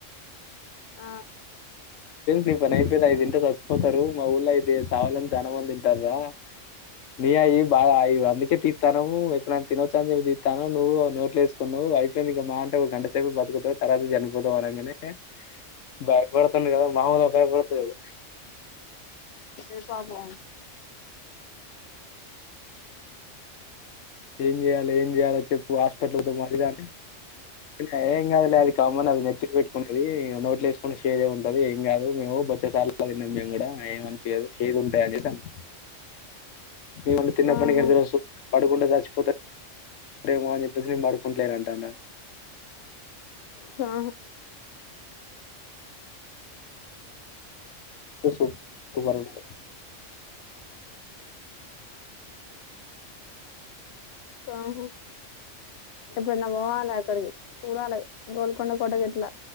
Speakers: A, on the left; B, on the left.
A: ఆ
B: నీ పని అయిపోయింది ఐయి దింటే చచ్చిపోతారు మా ఊల్లో అయితే చావాలని చాలామంది తింటార్రా నీ అయి బాగా అవి అందుకే తిత్తనావు ఎప్పుడు నను తినొచ్చా అ ఏమి తిస్తాను నువ్వు నోట్లు వేసుకున్నావ్ అయిపోయింది ఇంక మా అంటే ఒక గంట సేపు బతుకుతావు తర్వాత చనిపోతావు అనగంనే భయపడ తన్ గదా మాములుగా బయపడతలేడు
A: చేసాదే
B: ఏం జేయాలే ఏం జేయాలో చెప్పు హాస్పిటల్ కి పోదాం అది ఇది అనా ఏంగాదులే అది కామన్ అది నెత్తికి పెట్టుకునేది నోట్లో వేసుకుని షేదే ఉంటది ఏం గాదు మేము బొచ్చడు సార్లు తిన్నాం మేము గూడా ఏమ అనిపియ్యదు షేదు ఉంటాయ అనేసి అన్నా ఈవన్నీ తిన్న
A: ఆహా
B: <unintelligible> పడుకుంటే సచ్చిపోతా రేమో అని జెప్పేసి నేను పడుకుంటలేను అంటాండాడు
A: సా
B: సు సూప్ సూపరుండే
A: హ్మ్ హు ఎప్పుడన్నా పోవాలి అక్కడికి చూడాలి గోల్కొండ కోట గిట్లా